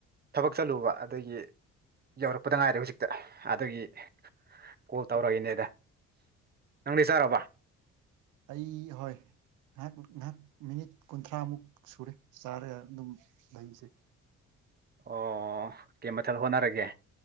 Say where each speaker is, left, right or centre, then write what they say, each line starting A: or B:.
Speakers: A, on the right (about 30°); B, on the right (about 85°).
A: ꯊꯕꯛ ꯆꯠꯂꯨꯕ ꯑꯗꯒꯤ ꯌꯧꯔꯛꯄꯗ ꯉꯥꯏꯔꯦ ꯍꯧꯖꯤꯛꯇ ꯑꯗꯨꯗꯒꯤ ꯀꯣꯜ ꯇꯧꯔꯛꯏꯅꯦꯗ
B: ꯑꯣ
A: ꯅꯪꯗꯤ ꯆꯥꯔꯕ
B: ꯑꯩ ꯍꯣꯏ ꯉꯥꯏꯍꯥꯛ ꯉꯥꯏꯍꯥꯛ ꯃꯤꯅꯤꯠ ꯀꯨꯟꯊ꯭ꯔꯥꯃꯨꯛ ꯁꯨꯔꯦ ꯆꯥꯔꯒ ꯑꯗꯨꯝ ꯂꯩꯁꯦ
A: ꯑꯣ ꯀꯩ ꯃꯊꯦꯜ ꯍꯣꯠꯅꯔꯒꯦ